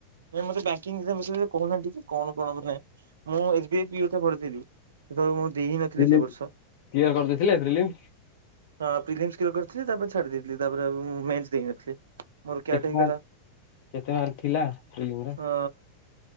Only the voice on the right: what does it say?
ନାଇଁ ମତେ ବ୍ୟାଙ୍କିଙ୍ଗଏକ୍କମ ବିଶରେ କହୁନାନ୍ତି ଟିକେ କଣ କଣ ମାନେ ମୁଁ ଏସ୍ ବି ଆଇ ପି କରିଥିଲି। ସେତବେଳେ ମୁଁ ଦେଇ ନଥିଲି
ସେ ବର୍ଷ।
ହଁ ପ୍ରିଏନ୍ସ କେବେ କରିଥିଲି ତାପରେ ଛାଡି ଦେଇଥିଲି ତାପରେ ମେନ୍ସ ଦେଇନଥିଲି। ମୋର କ୍ୟାଟ୍
ହେଇଗଲା
ଅ